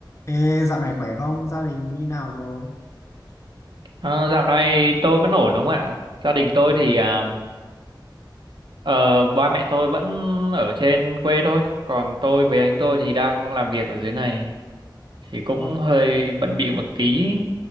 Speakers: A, on the left; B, on the right.
A: Ê, dạo này khỏe không? Gia đình như nào rồi?
B: Ờ, dạo này tôi vẫn ổn đúng không ạ? Gia đình tôi thì à, ờ, ba mẹ tôi vẫn ở trên quê thôi, còn tôi với anh tôi thì đang làm việc ở dưới này, thì cũng
A: Ờ,
B: hơi bận bịu một tí.